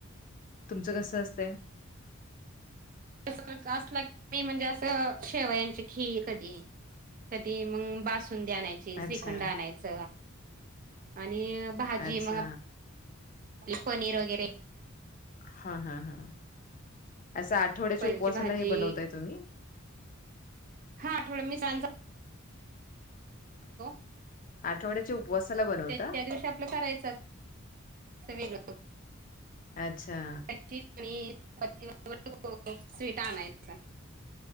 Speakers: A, on the left; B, on the right.
A: तुमचं कसं असतय?
B: <unintelligible> म्हणजे असं, शेवयांची खीर कधी कधी मग, बासुंदी आणायची
A: अच्छा,
B: श्रीखंड आणायच, आणि भाजी
A: अच्छा.
B: मग ली पनीर वगैरे
A: हा हा हा, असं आठवड्याच्या
B: पैरची
A: उपवासाला
B: भाजी
A: हे बनवताय तुम्ही?
B: हा, आठव मी सां हो,
A: आठवड्याच्या उपवासाला बनवता?
B: त्यादिवशी आपल करायचं अस, वेगळं.
A: अच्छा!
B: <unintelligible> स्वीट आणयच.